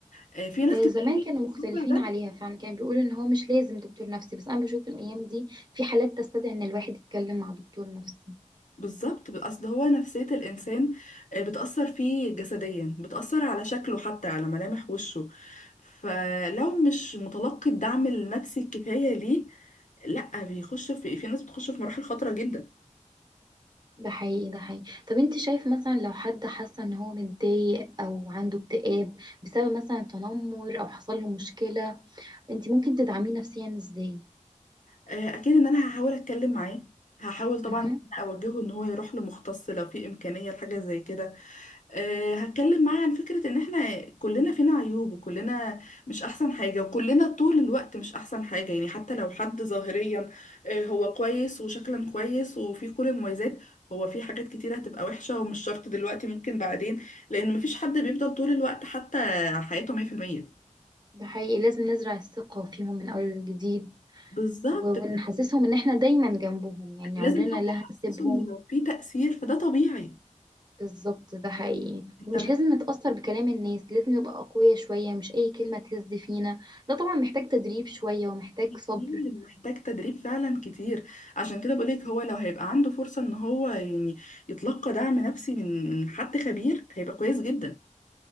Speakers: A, on the left; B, on the right.
A: آه، في ناس
B: آه،
A: كتير
B: زمان كانوا مختلفين
A: بتقول ده
B: عليها فعلا كان بيقولوا ان هو مش لازم دكتور نفسي بس انا بشوف الايام دي في حالات تستدعي ان الواحد يتكلم مع دكتور نفسي
A: بالظبط اصل هو نفسية الانسان آه، بتأثر فيه جسديا بتأثر على شكله حتى على ملامح وشه فلو مش متلقي الدعم النفسي الكفاية ليه لا بيخش في في ناس بتخش في مراحل خطرة جدا
B: ده حقيقي ده حقيقي طب انت شايف مثلا لو حد حاسه ان هو متضايق او عنده اكتئاب بسبب مثلا تنمر او حصل له مشكله انت ممكن تدعميه نفسيا ازاي
A: آه، اكيد ان انا هحاول اتكلم معاه هحاول طبعا
B: مهم.
A: إن أنا اوجهه ان هو يروح لمختص لو في امكانيه لحاجه زي كده أه هتكلم معاه عن فكره ان احنا كلنا فينا عيوب وكلنا مش احسن حاجه وكلنا طول الوقت مش احسن حاجه يعني حتى لو حد ظاهريا أه هو كويس وشكلا كويس وفي كل المميزات هو في حاجات كتيره هتبقى وحشه ومش شرط دلوقتي ممكن بعدين لان مفيش حد بيفضل طول الوقت حتى حياته 100%
B: ده حقيقي لازم نزرع الثقه فيهم من اول وجديد
A: بالظبط
B: و- ونحسسهم ان احنا دايما جنبهم يعني
A: لازم
B: عمرنا
A: حتى
B: لا
A: احسسه
B: هنسيبهم
A: ان لو في تاثير فده طبيعي
B: بالظبط ده حقيقي
A: انت
B: ومش
A: مش
B: لازم نتأثر بكلام الناس لازم نبقى أقوياء شوية مش أي كلمة تهز فينا ده طبعا محتاج تدريب شوية ومحتاج
A: متخيل
B: صبر
A: محتاج تدريب فعلا كتير عشان كده بقولك هو لو هيبقى عنده فرصة ان هو يعني يتلقى دعم نفسي من من حد خبير هيبقى كويس جدا